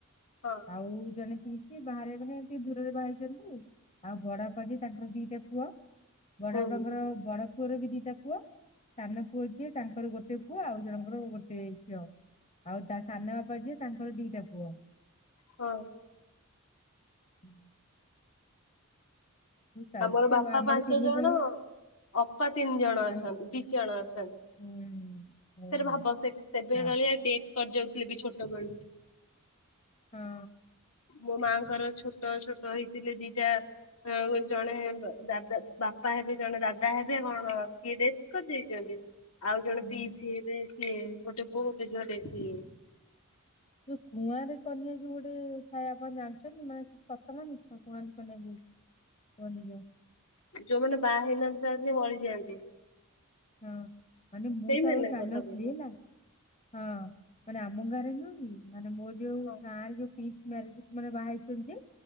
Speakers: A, on the left (about 80°); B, on the left (about 30°).
A: ହଁ
B: ଆଉ ଜଣେ ପିଇଶି ସେ ବାହାରେ ମାନେ ଏମିତି ଦୂରରେ ବାହା ହେଇଛନ୍ତି ଆଉ ବଡବାପା ଯେ ତାଙ୍କର ଦିଟା ପୁଅ। ବଡ
A: ହୁଁ
B: ବାପାଙ୍କର ବଡ ପୁଅର ବି ଦିଟା ପୁଅ ସାନ ପୁଅ ଯିଏ ତାଙ୍କର ଗୋଟେ ପୁଅ ଆଉ ଜଣଙ୍କର ଗୋଟେ ଝିଅ। ଆଉ ତା ସାନ ବାପା ଯିଏ ତାଙ୍କର ଦିଟା ପୁଅ।
A: ହଁ।
B: ହୁଁ। ଚାଲିଛି
A: ଆମର ବାପା
B: ଆଉ ଆମର
A: ପାଞ୍ଚଜଣ
B: ତିନି ଭଉଣୀ
A: ଅପା ତିନି ଜଣ ଅଛନ୍ତି
B: ଆମେ
A: ଦି ଜଣ ଅଛନ୍ତି।
B: ଉଁ ଓହୋ
A: ଫେରେ ଭାବ ସେ ସେବେ
B: ହଁ
A: କାଳିଆ ଡେଟ କରି ଯାଉଥିଲେ ବି ଛୋଟବେଳୁ।
B: ହଁ।
A: ମୋ ମାଆଙ୍କର ଛୋଟ ଛୋଟ ହେଇଥିଲେ ଦିଟା ଆଉ ଜଣେ ଦାଦା ବାପା ହେବେ ଜଣେ ଦାଦା ହେବେ କଣ ସିଏ ଡେଥ କରିଯାଇଛନ୍ତି? ଆଉ ଜଣେ
B: ହୁଁ।
A: ପିଇସି ହେବେ ସିଏ ଗୋଟେ ପୁଅ ଗୋଟେ ଝିଅଟେ ସିଏ
B: ଯୋଉ କୁଆଁରୀ କନ୍ୟା ଯୋଉ ଗୋଟେ ଥାଏ ଆପଣ ଜାଣିଛନ୍ତି ମାନେ ସତ ନା ମିଛ କୁଆଁରୀ କନ୍ୟା ଯଉ ବନିଯାଉ।
A: ଯୋଉମାନେ ବାହା ହେଇନାହାନ୍ତି ଥାଆନ୍ତି ମରିଯାଆନ୍ତି।
B: ହଁ ମାନେ ମୁଁ
A: ସେଇମାନେ
B: ତ ଆଉ ଜାଣନଥିଲି
A: କଥା କହୁଛ
B: ହେଲା। ହଁ ମାନେ ଆମ ଗାଁରେ ନୁହଁକି ମାନେ ମୋର ଯଉ
A: ହଁ
B: ଗାଁରେ ଯୋଉ ପିଇସି ମ୍ୟାରେଜ ମାନେ ବାହା ହେଇଛନ୍ତି ଜିଏ